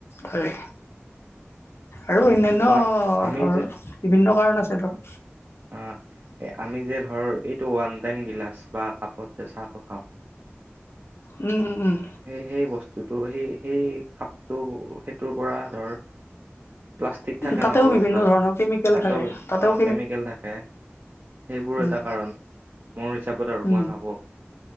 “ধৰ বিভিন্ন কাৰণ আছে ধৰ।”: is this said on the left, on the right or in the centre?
Left